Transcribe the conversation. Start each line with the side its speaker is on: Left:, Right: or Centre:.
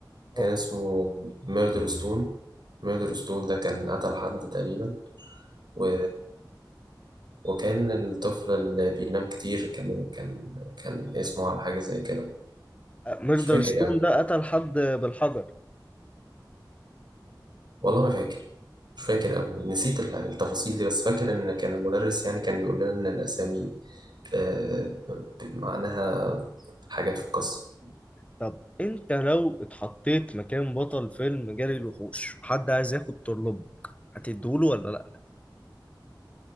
Right: كان
Left: اه
Right: اسمه ميردر ستون ميردر ستون ده كان قتل حد تقريبا و وكان الطفل اللي بينام كتير كان كان كان اسمه على حاجة زي كده
Left: ميردر
Right: مش فاكر
Left: ستون
Right: أوي
Left: ده قتل حد بالحجر
Right: والله ما فاكر مش فاكر أوي نسيت ال- التفاصيل دي بس فاكر إن كان المدرس يعني كان بيقول لنا إن الأسامي آه، ب- معناها حاجات في القصة
Left: طب انت لو اتحطيت مكان بطل فيلم جري الوحوش حد عايز ياخد طرلبك هتديهوله ولا لا